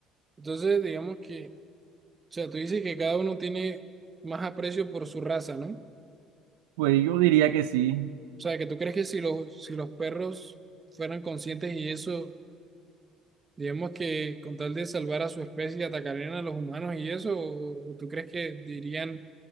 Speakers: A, on the right; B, on the right.
A: Entonces, digamos que, o sea, tú dices que cada uno tiene más aprecio por su raza, ¿no? O
B: Pues yo diría que sí.
A: sea, que tú crees que si los, si los perros fueran conscientes y eso Digamos que con tal de salvar a su especie atacarían a los humanos y eso, o, o tú crees que dirían,